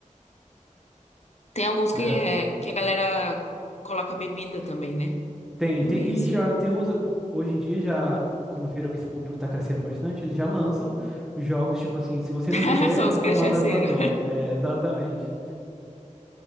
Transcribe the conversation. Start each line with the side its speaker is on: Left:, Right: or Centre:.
Left: Tem alguns
Centre: Mas
Left: que, é,
Centre: é-
Left: que a galera coloca bebida também, né?
Centre: tem,
Left: No
Centre: tem.
Left: meio,
Centre: E
Left: assim.
Centre: já tem uns. Hoje em dia, já, como viram que esse público tá crescendo bastante, eles já lançam os jogos, tipo assim, se você
Left: <laughs>
Centre: não fizer,
Left: Só os cachaceiros.
Centre: toma tantas doses. É, exatamente.